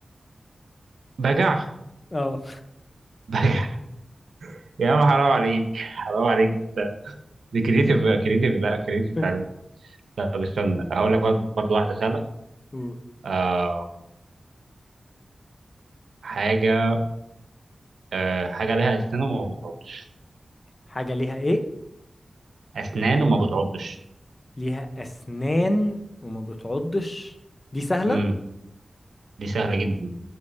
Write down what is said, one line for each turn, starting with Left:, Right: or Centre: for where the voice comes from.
Right: بجع
Left: اه
Right: بجع يا عم حرام عليك حرام عليك ده دي كريتيف كريتيف لا كريتيف
Left: <laughs>
Right: فعلا طب استنى هقول لك برضه برضه واحده سهله
Left: قول.
Right: آه حاجه آه حاجه لها اسنان وما بتعضش
Left: حاجة ليها ايه
Right: اسنان وما بتعضش
Left: ليها اسنان وما بتعضش دي سهلة
Right: امم دي سهله جدا